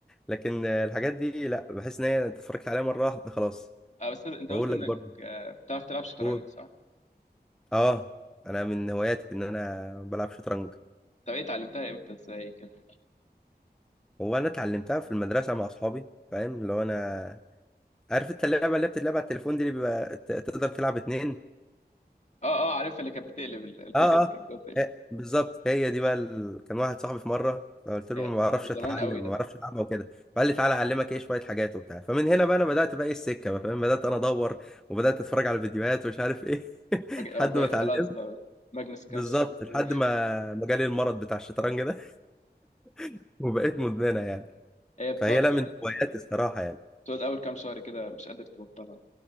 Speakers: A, in the centre; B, on the left.
A: لكن آه، الحاجات دي لا بحس ان هي أنت اتفرجت عليها مره واحده خلاص
B: أه بس أنت
A: بقول
B: قلت إنك
A: لك برضه
B: آه، بتعرف تلعب شطرنج
A: قول
B: صح؟
A: اه انا من هواياتي ان انا بلعب شطرنج
B: طب إيه اتعلمتها إمتى إزاي كده؟
A: هو انا اتعلمتها في المدرسه مع اصحابي فاهم اللي هو انا عارف انت اللعبه اللي بتتلعب على التليفون دي اللي بيبقى ت- تقدر تلعب اتنين
B: أه أه عارفها اللي كانت بتقلب ال- البورت
A: اه
B: اللي
A: اه
B: كانت بتقلب
A: إيه، بالظبط هي دي بقى ال... كان واحد صاحبي في مره فقلت له
B: يعني
A: ما بعرفش
B: ده
A: اتعلم
B: زمان قوي ده
A: ما بعرفش العبها وكده فقال لي تعالى اعلمك ايه شويه حاجات وبتاع فمن هنا بقى انا بدات بقى ايه السكه بقى فاهم بدات انا ادور وبدات اتفرج على فيديوهات ومش عارف ايه <laughs>
B: مج... أو
A: لحد
B: بقى
A: ما اتعلمت
B: خلاص بقى ماجنس كارلسن
A: بالظبط
B: <laughs>
A: لحد ما ما جالي المرض بتاع الشطرنج ده <laughs> وبقيت مدمنه يعني
B: هي بتقعد
A: فهي لا من هواياتي الصراحه يعني
B: بتقعد اول كام شهر كده مش قادر تبطلها